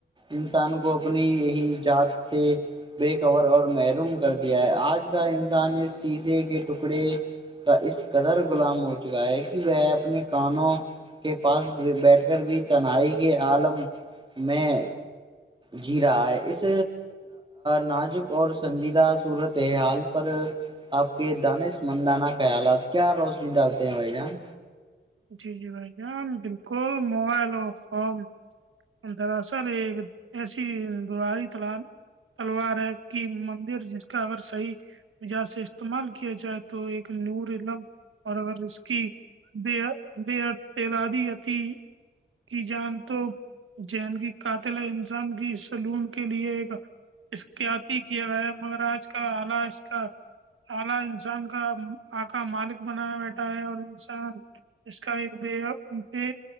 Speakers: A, on the right; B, on the right.
A: انسان کو اپنی یہی جذات سے کور اور محروم کر دیا ہے آج کا انسان اس شیزے کے ٹکڑے کا اس قدر غلام ہو چکا ہے کہ وہ اپنے کانوں کے پاس بیٹھ کر بھی تنہائی کے عالم میں جیرا ہے اس ناچ اور سنجیدہ صورت حال پر آپ کے دانش مندانہ خیالات کیا روشنی ڈالتے ہیں بھائی جان
B: جی جی بھائی جان بالکل موبائل اور فون دراصل ایک ایسی دوراری تلال تلوار ہے کہ مندر جس کا اگر صحیح یہاں سے استعمال کیا جائے تو ایک نور لب اور اگر اس کی بےد بےد تعلاادیتی کی جان تو ذین کی قاتل انسان کی سلون کے لیے ایک احتیاطی کیا گیا ہے مگر آج کا آالش کا الہ انسان کا آ کاا مالک بنایا بیٹھا ہے اور انسان اس کا ایک ب بے